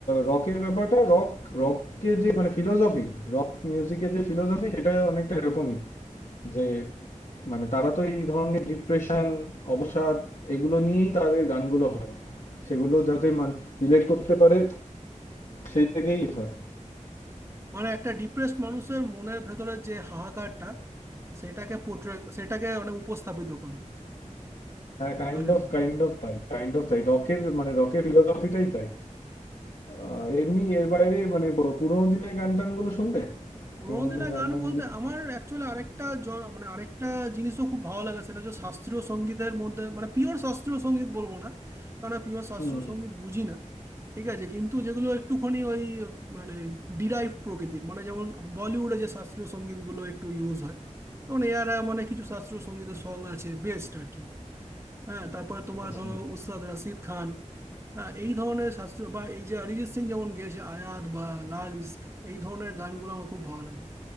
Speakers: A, on the left; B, on the right.
A: রকের ব্যাপারটা রক রককে যে মানে ফিলোসফি রক মিউজিকের যে ফিলোসফি সেটা অনেকটা এরকমই যে মানে তারা তো এই ধরনের ডিপ্রেশন অবসাদ এগুলো নিয়েই তাদের গানগুলো হয় সেগুলো যাতে মানে রিলেট করতে পারে সেই থেকেই হয়
B: মানে একটা ডিপ্রেসড মানুষের মনের ভেতরের যে হাহাকারটা সেটাকে পোট্রে সেটাকে মানে উপস্থাপিত করে
A: কাইন্ড
B: গানের
A: অফ
B: মধ্যে।
A: কাইন্ড অফ তাই কাইন্ড অফ তাই রকের মানে রকের ফিলোসফিটাই তাই আহ, এমনি এর বাইরে মানে প- পুরোনো দিনের গান টানগুলো শুনবে
B: পুরোনো
A: পুরোনো
B: দিনের
A: দিনের গান
B: গান
A: টানগুলো
B: বলতে
A: শুনো?
B: আমার অ্যাকচুয়ালি আরেকটা জ- মানে আরেকটা জিনিসও খুব ভালো লাগে সেটা হচ্ছে শাস্ত্রীয় সঙ্গীতের মধ্যে মানে পিওর শাস্ত্রীয় সঙ্গীত বলবো না কারণ পিওর শাস্ত্রীয়
A: হুম
B: সঙ্গীত বুঝি না ঠিক আছে কিন্তু যেগুলো একটুখানি ওই মানে ডিরাইভ প্রকৃতির মানে যেমন বলিউডে যে শাস্ত্রীয় সঙ্গীতগুলো একটু ইউজ হয় যেমন এরা মানে কিছু শাস্ত্রীয় সঙ্গীতের সং আছে বেস্ট আর কি হ্যাঁ তারপরে তোমার
A: আচ্ছা
B: ধরো উস্তাদ রাশিদ খান হ্যাঁ এই ধরনের শাস্ত্রীয় বা এই যে অরিজিৎ সিং যেমন গেয়েছে আয়াত বা লাল ইস্ক এই ধরনের গানগুলো আমার খুব ভালো লাগে